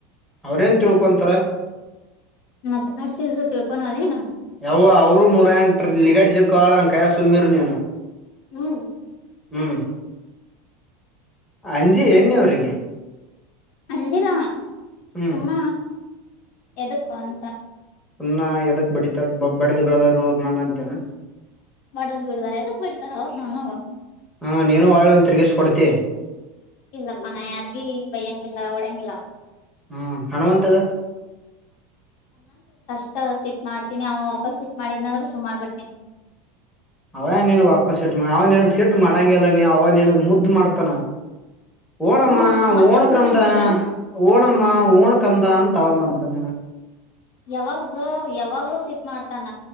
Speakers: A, in the centre; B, on the left (about 60°).
A: ಅವ್ರೇನ್ ತಿಳ್ಕೊಂತಾರ
B: ಮತ್ ಕಾಡ್ಸಿದ್ರು ತಿಳ್ಕೊನಲ್ಲೇನು
A: ಯಾವ ಅವರು ನೂರ ಎಂಟ್ರಲೀಗಡ್ ಶಿಪ್ ಕಳಂಕಾಯ ಸುಮ್ನಿರ್ ನೀನು
B: ಹ್ಮ್
A: ಹ್ಮ್ ಅಂಜಿ <unintelligible> ಅವ್ರರಿಗೆ
B: ಅಂಜಿಲ
A: ಹ್ಮ್
B: ಸುಮ್ಮ ಎದುಕ್ಕ ಅಂತ.
A: ಸುಮ್ಮ್ ಎದಕ್ ಬಡಿತ ಬಬ್ಡ್ ದು ಬ್ರದರು ನನ್ ಅಂತಿನೆ.
B: ಮಾಡೋದ್ ಬಿಡ್ದಾರ ಎದಕ್ ಬಿಡ್ತಾರ ಅವ್ರ ನಾನ್
A: ಹ ನೀನು ಒಳ್ಳೆ ಒಂದ ತಿರ್ಗಿಸ್ ಕೊಡ್ತಿ
B: <unintelligible> ಬಯ್ಯಂಗಿಲ್ಲ ಒಡಂಗಿಲ್ಲ
A: ಹ್ಮ್ ಹನುಮಂತಗ
B: ತ ಮಾಡ್ತೀನಿ ಅವ ವಾಪಸ್ ಸಿಟ್ ಮಾಡಿದ್ನಂದ್ರೆ ಸುಮ್ನಾನಾಗ್ ಬಿಡ್ತಿನಿ.
A: ಅವೇ ನಿನಗ್ ವಾಪಸ್ ಸಿಟ್ ಅವ ನಿನ್ಗ್ ಸಿಟ್ ಮಾಡಂಗೆಲ್ಲ ನೀ ಅವ ನಿನ್ಗ್ ಮುದ್ದು ಮಾಡ್ತಾನ. ಓಣಮ್ಮ
B: ಹ್ಮ ಅವ
A: ಓಣು
B: ಸಿಟ್
A: ಕಂದ
B: ಮಾಡಂಗಿಲ್ಲ
A: ಓಣಮ್ಮ ಓಣು ಕಂದ ಅಂ <unintelligible> ಮಾಡ್ತಾನೆನ
B: ಯಾವಾಗ್ ಬ್ರೊ ಯಾವಾಗ್ಲೂ ಸಿಟ್ ಮಾಡ್ತಾನ